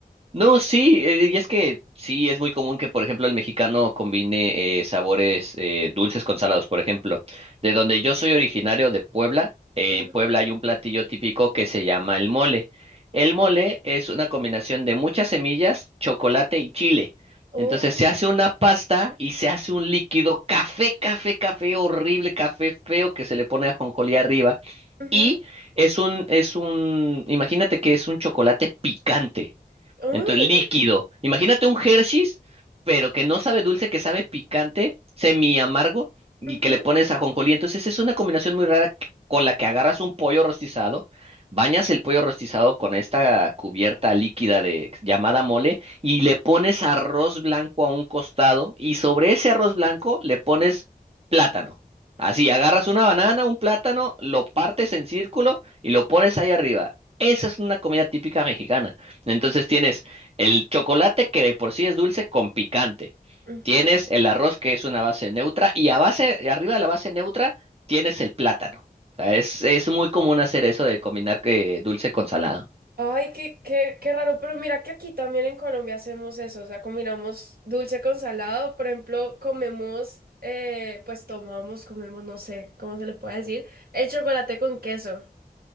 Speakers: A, on the right (about 40°); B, on the right (about 70°).
A: No, sí, eh, y es que sí, es muy común que, por ejemplo, el mexicano combine eh, sabores eh, dulces con salados. Por ejemplo, de donde yo soy originario de Puebla, eh,
B: Ujú.
A: en Puebla hay un platillo típico que se llama el mole. El mole es una combinación de muchas semillas, chocolate y chile.
B: Oh,
A: Entonces se hace una pasta y se hace un líquido café, café, café, horrible, café feo que se le pone ajonjolí arriba.
B: ujú,
A: Y es un, es un, imagínate que es un chocolate picante.
B: oh,
A: Entonces, líquido. Imagínate un Hershey's, pero que no sabe dulce, que sabe picante, semi amargo, y
B: ujú,
A: que le pones ajonjolí. Entonces, es una combinación muy rara que- con la que agarras un pollo rostizado, bañas el pollo rostizado con esta cubierta líquida de llamada mole y le pones arroz blanco a un costado y sobre ese arroz blanco le pones plátano. Así, agarras una banana, un plátano, lo partes en círculo y lo pones ahí arriba. Esa es una comida típica mexicana. Entonces tienes el chocolate que de por sí es dulce con picante.
B: ujú.
A: Tienes el arroz que es una base neutra y a base, arriba de la base neutra tienes el plátano. O sea, es, es muy común hacer eso de combinar que dulce con salado.
B: Ay, qué, qué, qué raro, pero mira que aquí también en Colombia hacemos eso, o sea, combinamos dulce con salado, por ejemplo, comemos, eh, pues tomamos, comemos, no sé cómo se le puede decir, el chocolate con queso.